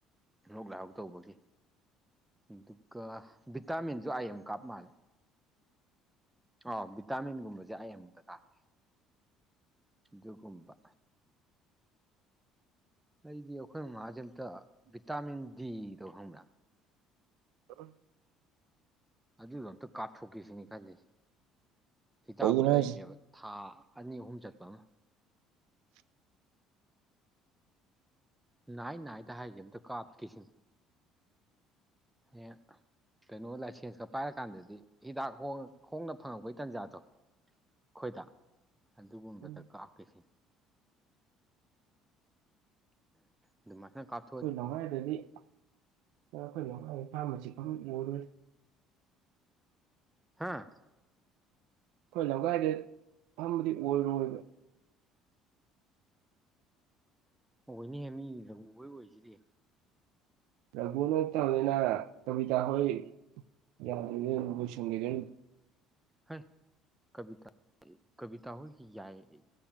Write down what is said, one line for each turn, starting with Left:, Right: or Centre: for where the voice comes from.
Centre: ꯂꯣꯛ ꯂꯥꯏꯍꯧ ꯇꯧꯕꯒꯤ ꯑꯗꯨꯒ ꯚꯤꯇꯥꯃꯤꯟꯁꯨ ꯑꯥꯏꯦꯝ ꯀꯥꯞꯄ ꯃꯥꯜꯂꯦ ꯑꯣ ꯚꯤꯇꯥꯃꯤꯟꯒꯨꯝꯕꯖꯦ ꯑꯥꯏ ꯑꯦꯝꯗ ꯒꯥꯞ ꯑꯗꯨꯒꯨꯝꯕ ꯑꯩꯗꯤ ꯑꯈꯣꯏ ꯃꯥꯖꯦ ꯑꯝꯇ ꯚꯤꯇꯥꯃꯤꯟ ꯗꯤꯗꯣ ꯈꯪꯕ꯭ꯔꯥ
Right: ꯑꯑ
Centre: ꯑꯗꯨꯗꯣ ꯑꯝꯇ ꯀꯥꯞꯊꯣꯛꯀꯦꯁꯤꯅꯤ ꯈꯜꯂꯤꯁꯤ ꯍꯤꯗꯥꯛ
Right: ꯀꯩꯒꯤꯅꯣ
Centre: ꯑꯣꯏ ꯂꯩꯕꯅꯦꯕ
Right: ꯍꯥꯏꯁꯦ
Centre: ꯊꯥ ꯑꯅꯤ ꯑꯍꯨꯝ ꯆꯠꯄ ꯑꯃ ꯥꯅꯥꯏ ꯅꯥꯏꯗ ꯍꯥꯏꯒꯦ ꯑꯝꯇ ꯀꯥꯞꯀꯦꯁꯤꯟ ꯅꯦ ꯀꯩꯅꯣ ꯂꯥꯏꯁꯦꯟꯁꯀ ꯄꯥꯏꯔ ꯀꯥꯟꯗꯗꯤ ꯍꯤꯗꯥꯛ ꯍꯣꯡꯉ ꯍꯣꯡꯅ ꯐꯪꯉꯛꯄꯩ ꯇꯟꯖꯥꯗꯣ ꯈꯣꯏꯗ ꯑꯗꯨꯒꯨꯝꯕꯗ
Right: ꯑꯩꯈꯣꯏ
Centre: ꯀꯥꯞꯀꯦ ꯁꯤ ꯑꯗꯨꯃꯍ ꯀꯞ
Right: ꯑꯈꯣꯏ ꯂꯝꯒꯥꯏꯗꯗꯤ ꯑ ꯑꯈꯣꯏ ꯂꯝꯃꯥꯏꯒꯤ ꯐꯥꯔꯃꯥꯁꯤ ꯐꯪ ꯎꯔꯥꯏ
Centre: ꯍꯥꯥ
Right: ꯈꯣꯏ ꯂꯝꯈꯥꯏꯗꯦꯠ ꯐꯝꯕꯗꯤ ꯑꯣꯏꯔꯣꯏꯕ
Centre: ꯑꯣꯏꯅꯤꯍꯦ ꯃꯤ ꯔꯒꯨꯑꯣꯏ ꯑꯣꯏꯔꯤꯖꯤꯗꯤ
Right: ꯔꯘꯨ ꯅꯣꯡꯇꯥꯝꯅꯤꯅ ꯀꯕꯤꯗꯥ ꯍꯣꯏ ꯌꯥꯝꯗꯕꯤꯗ ꯂꯣꯏ ꯁꯟꯒꯤꯗꯣꯏꯟ
Centre: ꯍꯥꯏ ꯀꯕꯤꯇ ꯀꯕꯤꯇꯥ ꯍꯣꯏ ꯌꯥꯏ